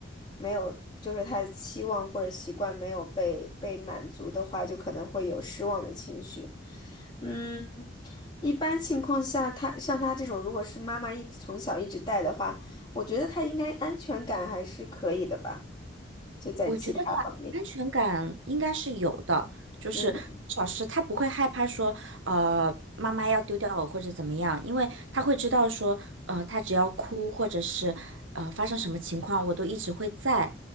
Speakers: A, on the left (about 30°); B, on the right (about 80°).
A: 没有，就是他的期望或者习惯没有被被满足的话，就可能会有失望的情绪。嗯，一般情况下，他像他这种，如果是妈妈一直从小一直带的话，我觉得他应该安全感还是可以的吧，就在其他方面。
B: 我觉得他安全感应该是有的，就是至少是他不会害怕说，
A: 嗯
B: 呃，妈妈要丢掉我或者怎么样，因为他会知道说，呃，他只要哭或者是呃发生什么情况，我都一直会在。